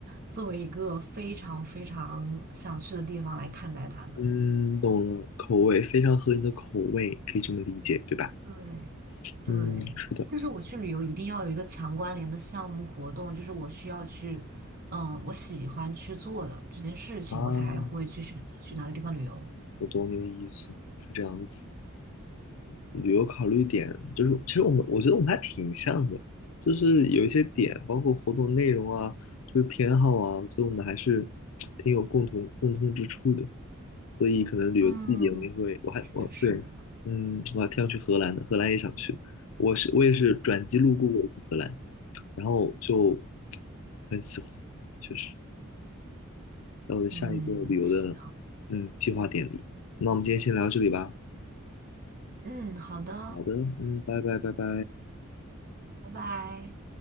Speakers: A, on the right (about 45°); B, on the left (about 80°).
A: 作为一个非常非常想去的地方来看待它的。
B: 嗯，懂了，口味非常合你的口味，可以这么理解，对吧？
A: 对。对，
B: 嗯，是的。
A: 就是我去旅游一定要有一个强关联的项目活动，就是我需要去，嗯，我喜欢去做的这件事情，
B: 啊，
A: 我才会去选择去哪个地方旅游。
B: 我懂你的意思，是这样子。旅游考虑点就是，其实我们我觉得我们还挺像的，就是有一些点，包括活动内容啊，就是偏好啊，我觉得我们还是挺有共同共通之处的。所以可能旅游地点我们也会，
A: 嗯，
B: 我还我对，
A: 确实，
B: 嗯，我还挺想去荷兰的，荷兰也想去。我是我也是转机路过过一次荷兰，然后就很喜欢，确实。在我的下一个旅游的
A: 嗯，行
B: 嗯计划点里。那我们今天先聊到这里吧。
A: 嗯，好的，
B: 好的，嗯，拜拜拜拜。
A: 拜拜。